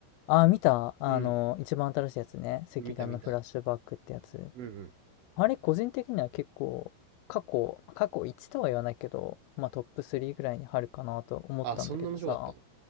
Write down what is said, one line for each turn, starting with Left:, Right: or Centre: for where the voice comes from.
Left: ああー、見たあのー一番新しいやつね。
Right: うん。
Left: 赤眼のフラッシュバックってやつ。
Right: 見た見た。うんうん。
Left: あれ、個人的には結構、過去、過去1とは言わないけど、まあトップ3ぐらいに入るかなと思ったんだけどさ。
Right: あ、そんな面白かったの。